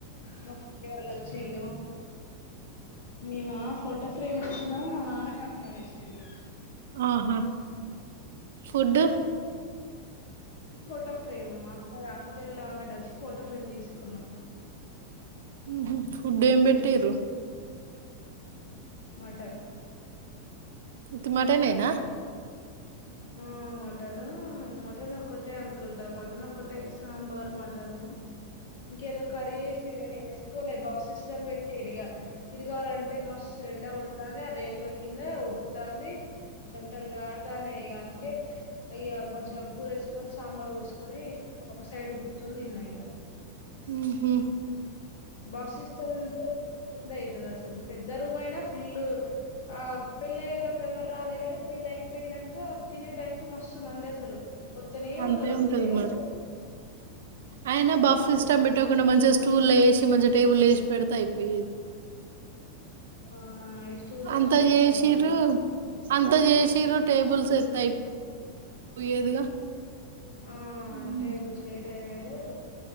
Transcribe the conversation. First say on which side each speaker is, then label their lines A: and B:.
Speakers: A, on the left; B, on the right.
A: మా పిన్ని వాళ్ళు వచ్చిల్లు మేమా ఫోటో ఫ్రేమ్ ఇచ్చినం మా నాన్న కట్నం వేసిండు
B: ఆహా ఫుడ్
A: ఫోటో ఫ్రేమ్ మా అక్క అక్క చెల్లలు అంతా కలిసి ఫోటో ఫ్రేమ్ తీసుకున్నాం
B: ఉహూ ఫుడ్ ఏం పెట్టిర్రు
A: మటన్
B: ఉత్తి మటనేనా
A: ఆ మటన్ మటన్ ఒకటే అనుకుంటా మటన్ ఒక్కటే సాంబార్ మటన్ ఇంకేదో కర్రీ వేసిర్రు కానీ వేసుకోలే బఫ్ సిస్టం పెట్టిర్రిగా తిరగాలంటే మస్త్ ఎండగోడు తాంది ఆ రేకుల కింద ఉడుకుతాంది చెమటలు కారుతాన్నయిగా అందుకే ఇగ కొంచెం కూర ఏసుకొని సాంబార్ పోసుకొని ఒక సైడ్ కూర్చొని తిన్న ఇగ <inaudible>
B: ఉహు
A: బిఫ్ సిస్టమ్ ఉంటే <unintelligible> అసలు పెద్ద రూమ్ అయినా ఫుల్ ఆ పెళ్ళయ్యేటప్పుడు ఎవరు రాలే గానీ పెళ్ళయిపోయిన క తినే టైమ్ కు మస్తు మంది అసలు వత్తనే
B: అంతే
A: ఉన్నరు వత్తనే
B: ఉంటది మరి
A: ఉన్నరు
B: అయిన బఫ్
A: అందుకే
B: సిస్టమ్ పెట్టకుండ మంచిగా స్టూల్ లేసి మంచిగ టేబుల్ ఏషి పెడితే అయిపోయేది
A: ఉమ్ ఇగ స్టూల్
B: అంత
A: ఏసి పెట్లే
B: చేసిర్రు
A: వాళ్ళు
B: అంత చేసిర్రు టేబుల్స్ ఏత్తే అయిపోయేదిగా
A: ఆ
B: ఉమ్.
A: టేబుల్స్ ఏయలే ఏమెయేల్